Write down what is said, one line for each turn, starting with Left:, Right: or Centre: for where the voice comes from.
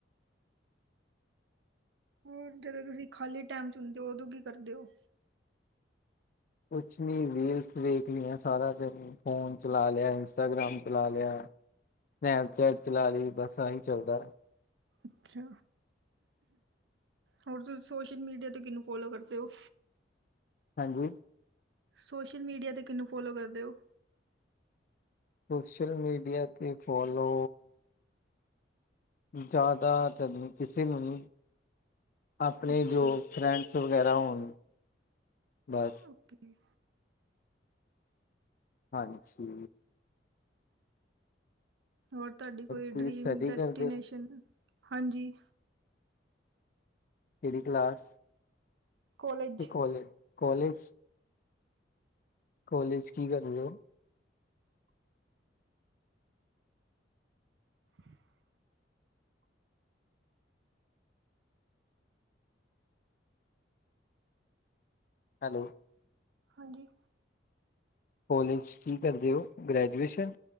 Right: ਹੋਰ ਜਦੋਂ ਤੁਸੀਂ ਖਾਲੀ ਟਾਈਮ ਚ ਹੁੰਦੇ ਹੋ ਉਦੋਂ ਕੀ ਕਰਦੇ ਹੋ
Left: ਕੁਛ ਨੀ ਰੀਲਸ ਵੇਖਣੀ ਹੈ ਸਾਰਾ ਦਿਨੀ ਫੋਨ ਚਲਾ ਲਿਆ ਇੰਸਟਾਗ੍ਰਾਮ ਚਲਾ ਲਿਆ। ਸਨੈਪ ਚੈਟ ਚਲਾ ਲਈ ਬਸ ਇਹੀ ਚੱਲਦਾ
Right: ਅੱਛਾ ਹੋਰ ਤੁਸੀਂ ਸੋਸ਼ਲ ਮੀਡੀਆ 'ਤੇ ਕਿਹਨੂੰ ਫੋਲੋ ਕਰਦੇ ਹੋ
Left: ਹਾਂਜੀ
Right: ਸੋਸ਼ਲ ਮੀਡੀਆ ਤੇ ਕਿਹਨੂੰ ਫੋਲੋ ਕਰਦੇ ਹੋ
Left: ਸੋਸ਼ਲ ਮੀਡੀਆ 'ਤੇ ਫੋਲੋ ਜ਼ਿਆਦਾਤਰ ਨਹੀਂ ਕਿਸੇ ਨੂੰ ਨਹੀਂ ਆਪਣੇ
Right: ਅੱਛਾ,
Left: ਜੋ ਫਰੈਂਡਸ ਵਗੈਰਾ ਹੋਣ ਬਸ
Right: ਓਕੇ
Left: ਹਾਂਜੀ
Right: ਹੋਰ ਤੁਹਾਡੀ ਕੋਈ
Left: ਤੁਸੀਂ
Right: ਡ੍ਰੀਮ
Left: ਸਟੱਡੀ
Right: ਡੈਸਟੀਨੇਸ਼ਨ
Left: ਕਰਦੇ ਹੋ
Right: ਹਾਂਜੀ
Left: ਕਿਹੜੀ ਕਲਾਸ
Right: ਕੋਲਜ
Left: ਅਤੇ ਕਾਲਜ ਕਲੇਜ ਕੀ ਕਰਦੇ ਹੋ
Right: <inaudible>
Left: ਹੈਲੋ
Right: ਹਾਂਜੀ
Left: ਕੋਲੇਜ 'ਚ ਕੀ ਕਰਦੇ ਹੋ ਗ੍ਰੈਜੂਏਸ਼ਨ